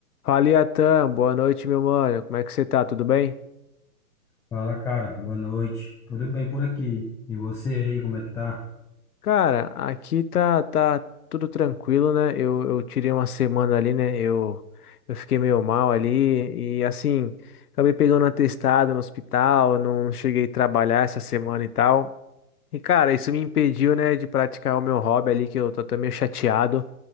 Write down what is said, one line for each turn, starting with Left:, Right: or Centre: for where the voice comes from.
Left: Fala, Iatan. Boa noite, meu mano. Como é que você tá? Tudo bem?
Centre: Fala, cara. Boa noite. Tudo bem por aqui? E você aí, como é que tá?
Left: Cara, aqui tá, tá tudo tranquilo, né? Eu, eu tirei uma semana ali, né? Eu, eu fiquei meio mal ali e, assim, acabei pegando um atestado no hospital, não cheguei a trabalhar essa semana e tal. E, cara, isso me impediu, né, de praticar o meu hobby ali, que eu tô até meio chateado.